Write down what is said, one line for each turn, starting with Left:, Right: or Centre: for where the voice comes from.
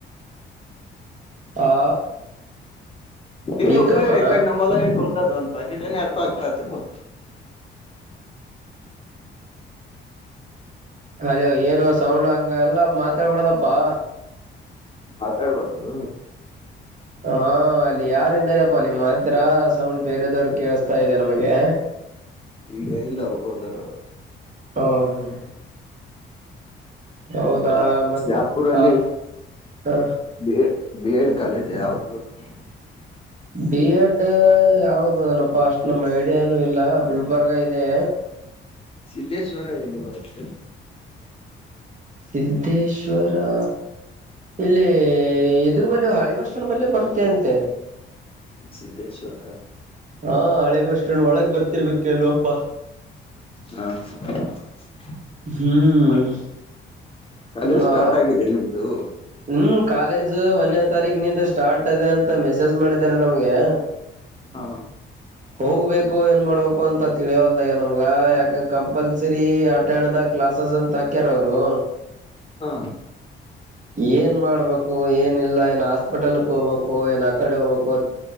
Right: ಆ
Left: ನಿನ್ನೆ
Right: ಬಿ
Left: ಊರಿವಿ
Right: ಕಾಮಾ
Left: ಇಕಡಿ ನಮ್ಮೊಲ ಇಟ್ಟು. <unintelligible> <unintelligible> ಏನ ಎಡ್ಪ ಆಕ್ತಾ ಹತಿರ್ಬೋದು.
Right: <unintelligible> ಏನು ಸೌಂಡ್ ಹಂಗ ಎಲ್ಲಾ ಮಾತಾಡ್ಬಡದಪ್ಪಾ.
Left: ಮಾತಾಡ್ಬಾರದು.
Right: ಹಾ ಅಲ್ಲಿ ಯಾರ ಇದ್ದಾರಪ್ಪ <unintelligible> <unintelligible> ಸೌಂಡ್ ಬೇರೆದವ್ರ ಕೇಳಿಸತಾ ಇದೆ ನಮಗೆ.
Left: ಈಗ ಇಲ್ಲ ಹೋದರು.
Right: <unintelligible> ಹೌದಾ
Left: ಈಗ
Right: ಮತ್ತೆ
Left: ಶ್ಯಾಪುರಲ್ಲಿ
Right: ಆ ಹ
Left: ಬಿ ಬಿ ಎಡ್ ಕಾಲೇಜ್ ಯಾವುದು <unintelligible>
Right: ಬಿ ಎಡ್ ಯಾವದು ಅನಪ್ಪಾ ಅಷ್ಟ್ ನಮ್ಮ್ ಐಡಿಯಾನು ಇಲ್ಲ ಗುಲ್ಬರ್ಗಾ ಇದೆ.
Left: ಸಿದ್ದೇಶ್ವರ ಎಲ್ಲಿ ಬರುತ್ತೆ.
Right: ಸಿದ್ಧೇಶ್ವರಾ ಇಲ್ಲಿ ಇದ್ರ ಬಲ್ಲಿ <unintelligible> ಬಸ್ಸ್ಟ್ಯಾಂಡ್ ಬಲ್ಲಿ ಬರುತ್ತೆ ಅಂತೆ.
Left: ಸಿದ್ದೇಶ್ವರ
Right: ಹಾ ಹಳೆ ಬಸ್ ಒಳಗ್ ಬರ್ತಿರ್ಬೇಕ <unintelligible>
Left: ಹಾ <unintelligible> <unintelligible>
Right: ಹ್ಮ್
Left: ಕಾಲೇಜ್ ಸ್ಟಾರ್ಟ್
Right: ಆ
Left: ಆಗಿದೆ ನಿಮ್ದು.
Right: ಹ್ಮ್ ಕಾಲೇಜ್ ಒಂದನೆ ತಾರೀಕ್ ನಿಂದ ಸ್ಟಾರ್ಟ್ ಅದೆ ಅಂತ ಮೆಸೇಜ್ ಮಾಡಿದ್ <unintelligible> ನಮ್ಗೆ
Left: ಹ
Right: ಹೋಗ್ಬೇಕು ಏನ್ ಮಾಡ್ಬೇಕು ಅಂತ ತಿಳಿಯವಲ್ದಯ ನಮ್ಗ ಯಾಕಂದ ಕಂಪಲ್ಸರಿ ಅಟೆಂಡ್ <unintelligible> ಕ್ಲಾಸ್ ಅಂತ ಹಾಕ್ಯಾರ ಅವರು.
Left: ಹಾ
Right: ಏನ್ ಮಾಡ್ಬೇಕು ಏನ ಇಲ್ಲ <unintelligible> ಹಾಸ್ಪಿಟಲ್ಕ್ ಹೋಗ್ಬೇಕು ಏನ್ ಆ ಕಡೆ ಹೋಗ್ಬೇಕು